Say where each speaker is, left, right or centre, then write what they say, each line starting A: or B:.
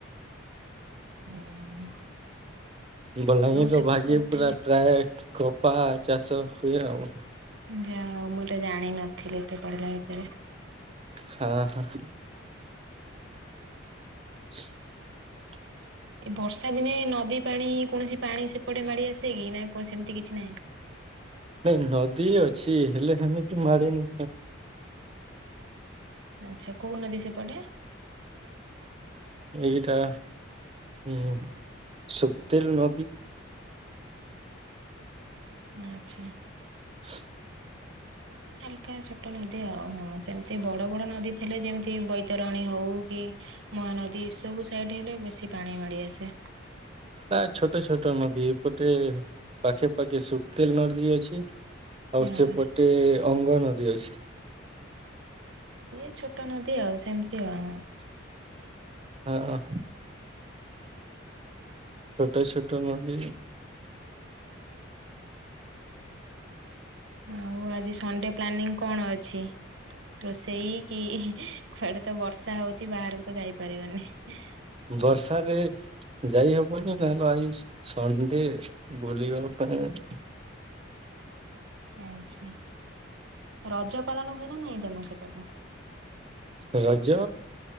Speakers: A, on the right; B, on the right.
A: ହୁଁ।
B: ବଲାଙ୍ଗୀରର
A: ସେପଟେ
B: ଭାଗ୍ୟ ପୁରା ପ୍ରାୟ କପା ଚାଷ ହୁଏ ଆଉ।
A: ଯାହା ହଉ ମୁଁ ଏଟା ଜାଣିନଥିଲି ଏତେ ପଢିଲା ଭିତରେ।
B: ଥା ହଁା। <inaudible>
A: ଏ ବର୍ଷା ଦିନେ ନଦୀ ପାଣି କୌଣସି ପାଣି ସେପଟେ ମାଡି ଆସେ କି ନା କଣ ସେମିତି କିଛି ନାହିଁ?
B: ନାଇଁ ନଦୀ ଅଛି ହେଲେ ହେମିତି ମାଡ଼େନି।
A: ଆଚ୍ଛା କୋଉନଦୀ ସେପଟେ?
B: ଏଇଟା ଉ ଶୁକ୍ଦିଲି ନଦୀ।
A: ଆ୍ ଆଛା।
B: ହ
A: ହାଲକା ଛୋଟ ନଦୀ ଆଉ ହଁ ସେମତି ବଡ ବଡ ନଦୀ ଥିଲେ ଯେମିତି ବୈତରଣୀ ହଉ କି ମହାନଦୀ ଏସବୁ ସାଇଡ଼୍ ହେଲେ ବେଶୀ ପାଣି ମାଡ଼ିଆସେ।
B: ନା ଛୋଟ ଛୋଟ ନଦୀ ଏପଟେ ପାଖେ ପାଖେ ସୁଖୁତେଲ ନଦୀ ଅଛି। ଆଉ
A: ହଁ।
B: ସେପଟେ ଅଙ୍ଗନଦୀ ଅଛି।
A: ଇଏ ଛୋଟ ନଦୀ ଆଉ ସେମିତି ଆ
B: ହଁ। ଛୋଟ ଛୋଟ ନଦି
A: ଆଉ ଆଜି ସଡେ ପ୍ଲାନିଂ କଣ ଅଛି? ରୋଷେଇ କି କୁଆଡେ ତ ବର୍ଷା ହଉଛି ବାହାରକୁ ତ ଯାଇପାରିବାନି।
B: ବର୍ଷାରେ ଯାଇ ହବନି ନହେଲେ ଆଇସି ସଣ୍ଡେ ବୁଲିବା ପାଇଁ
A: ଆଚ୍ଛା ରଜ ପାଳନ ହୁଏ ନା ନାଇଁ ତମ ସେପଟେ?
B: ରଜ